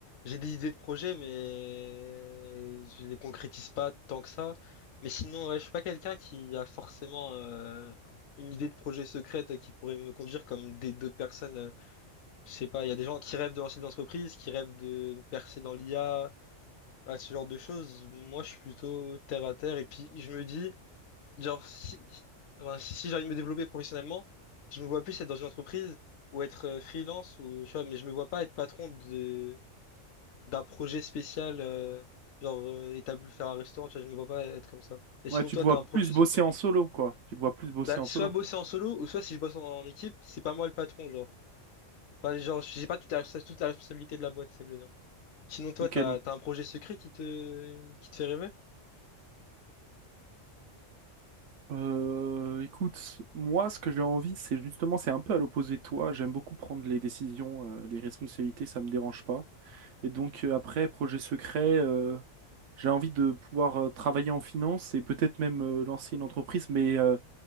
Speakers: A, on the left; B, on the right.
A: J'ai des idées de projets, mais je les concrétise pas tant que ça. Mais sinon, ouais, je suis pas quelqu'un qui a forcément euh, une idée de projet secrète qui pourrait me conduire comme des d'autres personnes. euh, je sais pas, il y a des gens qui rêvent de lancer des entreprises, qui rêvent de percer dans l'IA, à ce genre de choses. Moi, je suis plutôt terre à terre. Et puis, je me dis. Genre, si, enfin, si, si j'ai envie de me développer professionnellement, je me vois plus être dans une entreprise ou être euh, freelance ou, tu vois, mais je me vois pas être patron de, d'un projet spécial, euh, genre, euh, établi- faire un restaurant, tu vois, je me vois pas être comme ça. Et sinon,
B: Ouais, tu
A: toi,
B: te vois
A: t'as un
B: plus
A: projet secret?
B: bosser en solo, quoi. Tu te vois plus bosser
A: Bah,
B: en
A: soit
B: solo.
A: bosser en solo ou soit si je bosse en, en équipe, c'est pas moi le patron, genre. Enfin, genre, j'ai pas toute la, toute la responsabilité de la boîte, c'est ça que je veux dire. Sinon, toi,
B: Ok,
A: t'as,
B: donc,
A: t'as un projet secret qui te, qui te fait rêver?
B: euh, écoute, moi, ce que j'ai envie, c'est justement, c'est un peu à l'opposé de toi. J'aime beaucoup prendre les décisions, euh, les responsabilités, ça me dérange pas. Et donc, euh, après, projet secret. euh, J'ai envie de pouvoir euh, travailler en finance et peut-être même euh, lancer une entreprise, mais euh,